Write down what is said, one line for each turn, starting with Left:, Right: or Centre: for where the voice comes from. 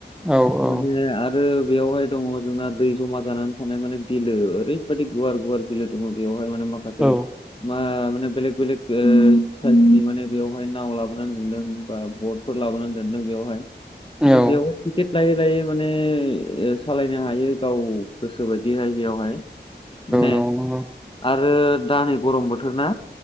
Centre: औ औ
Left: माने आरो बेयावहाय दङ जोंना दै जमा जानानै थानाय माने बिलो ओरैबायाददि गुवार गुवार बिलो दङ बेवहाय माने मा <unintelligible>
Centre: औ
Left: मा माने बेलग बेलेग <unintelligible> माने बेवहाय नाव लाबोनानै दोनदों बा भटफोर लाबोनानै दोनदों बेवहाय <unintelligible>
Centre: नंगौ
Left: बेवहाय टिकेट लायै लायै माने सालायनो हायो गाव गोसो बायदिहाय बेयावहाय माने
Centre: नंगौ
Left: आरो दा नै गरम बोथोर ना